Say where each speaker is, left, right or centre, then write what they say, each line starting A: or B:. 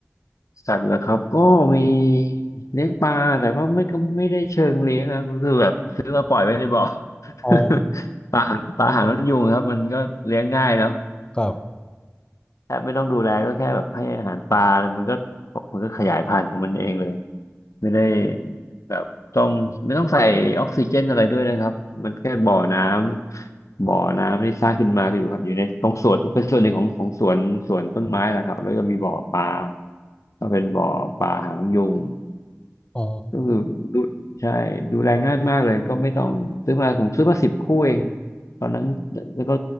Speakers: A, on the left; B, on the left.
A: สัตว์เหรอครับก็มีเลี้ยงปลาแต่ก็ไม่ก็ไม่ได้เชิงเลี้ยงครับก็คือแบบซื้อมาปล่อยไว้ในบ่อ <laughs>
B: อ๋อ
A: ปลาปลาหางนกยูงครับมันก็เลี้ยงง่ายเนาะ
B: ครับ
A: แทบไม่ต้องดูแลก็แค่แบบให้อาหารปลามันก็มันก็ขยายพันธุ์ของมันเองเลยไม่ได้แบบต้องไม่ต้องใส่ออกซิเจนอะไรด้วยนะครับมันแค่บ่อน้ำบ่อน้ำที่สร้างขึ้นมาก็อยู่ครับอยู่ในตรงสวนเป็นส่วนหนึ่งของของสวนสวนต้นไม้แหละครับแล้วก็มีบ่อปลาก็เป็นบ่อปลาหางนกยูง
B: อ๋อ
A: ก็คือดูใช่ดูแลง่ายมากเลยก็ไม่ต้องซื้อมาผมซื้อมาสิบคู่เองตอนนั้นแล้วก็